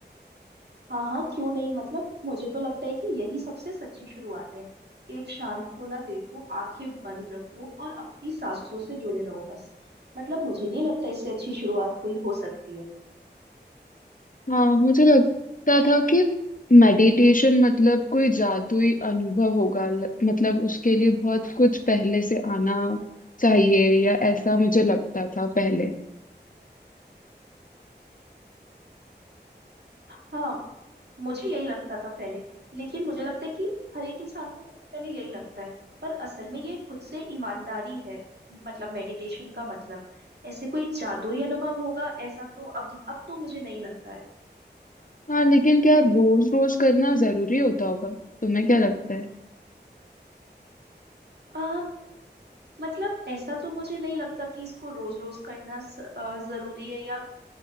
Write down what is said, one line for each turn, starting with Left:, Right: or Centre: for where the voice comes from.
Right: हाँ हाँ क्यों नहीं मतलब मुझे तो लगता है कि यही सबसे सच्ची शुरुआत है एक शांत कोना देखो आंखें बंद रखो और अपनी सांसों से जुड़े रहो बस मतलब मुझे नहीं लगता इससे अच्छी शुरुआत कोई हो सकती है
Left: हाँ मुझे लगता था कि मेडिटेशन मतलब कोई जादुई अनुभव होगा ल- मतलब उसके लिए बहुत कुछ पहले से आना चाहिए या ऐसा मुझे लगता था पहले
Right: हाँ मुझे यही लगता था पहले लेकिन मुझे लगता है कि हर एक इंसान को सबसे पहले यही लगता है पर असल में ये खुद से ईमानदारी है मतलब मेडिटेशन का मतलब ऐसे कोई जादुई अनुभव होगा ऐसा तो अब अब तो मुझे नहीं लगता है
Left: हाँ लेकिन क्या रोज रोज करना जरूरी होता होगा तुम्हें क्या लगता है
Right: आ, मतलब ऐसा तो मुझे नहीं लगता कि इसको रोज रोज करना स- अ, जरूरी है या